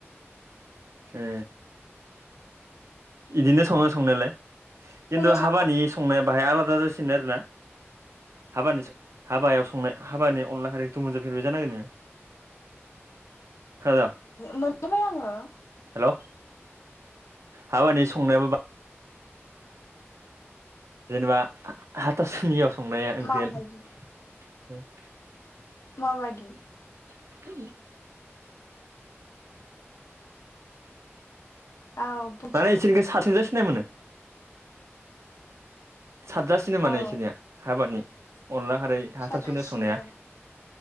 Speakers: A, on the right; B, on the left.
A: ए बिदिनो सङो संनायालाय खिन्थु
B: मोनजाबाय
A: हाबानि संनाया बाहाय आलादा जासिनो आरोना। हाबानि हाबायाव संनाय हाबानि अनला हारिखौथ' मोनजा बाय जानांगोन नोङो। खोनादों
B: मोनजाबाय आङो।
A: हेल' हाबानि संनायाबो जेनेबा हाथासुनियाव संनाया ओंख्रिया।
B: माबायदि
A: <inaudible>
B: माबादि।
A: <unintelligible>
B: औ बुंजागोन
A: माने इसोरनिखौ सारसेजो सिनाय मोनो। साबजासिनो माने
B: औ
A: इसोरनिया हाबानि। अनला खारै हाथारसुनियाव
B: सादासिनो
A: संनाया